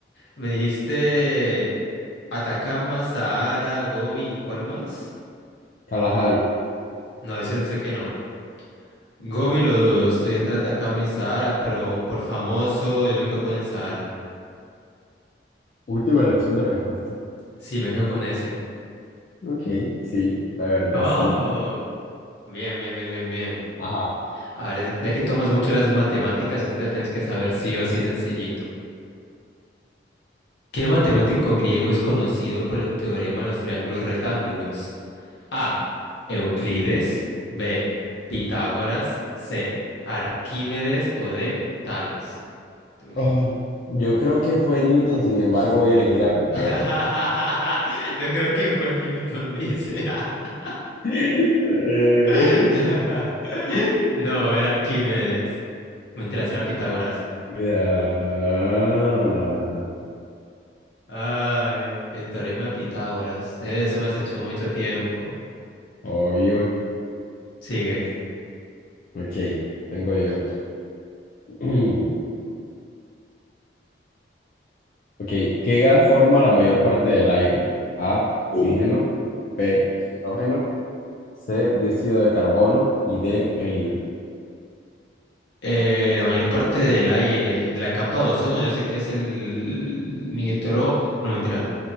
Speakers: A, on the left; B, on the left.
A: Me dijiste Atacama, Sahara, Gobi, ¿y cuál más?
B: Kalahari,
A: No, ese no sé qué no. Gobi lo dudo, estoy entre Atacama y Sahara, pero por famoso yo me quedo con el Sahara.
B: última elección de respuesta.
A: Sí, me quedo con ese.
B: Ok, sí, la verdad,
A: Oh,
B: sí.
A: bien, bien, bien, bien, bien.
B: Ajá.
A: A ver, ya que tomas mucho las matemáticas, esto te tienes que saber sí o sí sencillito. ¿Qué matemático griego es conocido por el teorema de los triángulos rectángulos? A. Euclides. B. Pitágoras. C. Arquímedes o D. Tales. Dame
B: Oh,
A: lento.
B: yo creo que fue Newton, sin embargo, voy a elegir a Pitágoras.
A: <laughs> Yo creo que fue Newton, dice. <laughs>
B: Eh,
A: <laughs>
B: <laughs>
A: No, era Arquímedes. Mentira, era Pitágoras.
B: ah,
A: Ay, el teorema de Pitágoras. Eso me has hecho mucho tiempo.
B: obvio.
A: Sigue.
B: Ok, tengo yo. <clears throat> Ok, ¿qué gas forma la mayor parte del aire? A, oxígeno,
A: Uh,
B: B, hidrógeno, C, dióxido de carbono y D, helio.
A: Eh, la mayor parte del aire, de la capa de ozono, yo sé que es el nitrógeno. No, mentira.